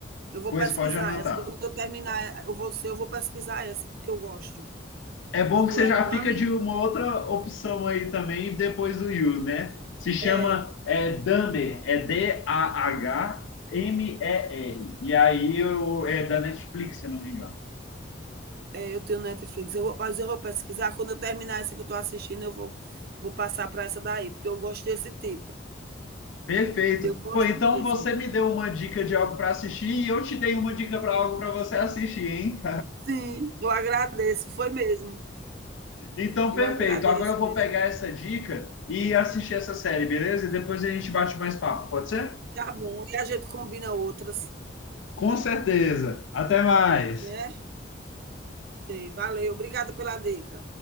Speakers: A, on the right; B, on the left.
A: Eu vou
B: Pois
A: pesquisar
B: pode anotar.
A: essa. Quando eu terminar eu vou ser. eu vou pesquisar essa que eu gosto.
B: É
A: Vou
B: bom
A: procurar
B: que você já
A: Dummy.
B: fica de uma outra opção aí também, depois do you, né? Se chama
A: É,
B: é, Dahmer, é D-A-H-M-E-R. E R. E aí eu, é da Netflix, se não me engano.
A: é, eu tenho Netflix. Eu vou, mas eu vou pesquisar. Quando eu terminar essa que eu estou assistindo, eu vou, vou passar para essa daí, porque eu gosto desse tipo.
B: Perfeito.
A: Eu gosto
B: Pô, então
A: mesmo.
B: você me deu uma dica de algo para assistir e eu te dei uma dica para algo para você assistir, hein?
A: Sim, eu agradeço. Foi mesmo.
B: <laughs> então,
A: Eu
B: perfeito.
A: agradeço
B: Agora eu vou
A: mesmo.
B: pegar essa dica e assistir essa série, beleza? E depois a gente bate mais papo, pode ser?
A: Tá bom. E a gente combina outras,
B: Com certeza. Até mais.
A: né? Sei, valeu. Obrigada pela dica.